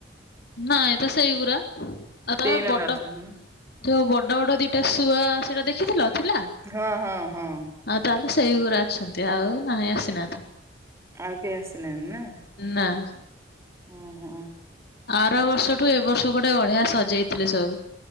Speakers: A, on the left; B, on the right.
A: ନାଇଁ ତ ସେଇ ଗୁରା ଆଉ
B: ସେଇମାନେ
A: ତୁମେ ବଡ୍ଡ
B: ଅଛନ୍ତି
A: ଯୋଉ ବଡ୍ଡ ବଡ୍ଡ ଦିଟା ଶୁଆ ସେଇଟା ଦେଖିଥିଲ ଥିଲା?
B: ହଁ ହଁ ହଁ
A: ଆଉ ତାହେଲେ ସେଇ ଗୁରା ଅଛନ୍ତି ଆଉ ନାହିଁ ଆସିନାହାନ୍ତି।
B: ଆଉ କେହି ଆସିନାହାନ୍ତି ନା?
A: ନାଁ
B: ହଁ ହଁ।
A: ଆର ବର୍ଷଠୁ ଏ ବର୍ଷ ଗୋଟେ ଅଢିଆ ସଜେଇଥିଲେ ସବୁ।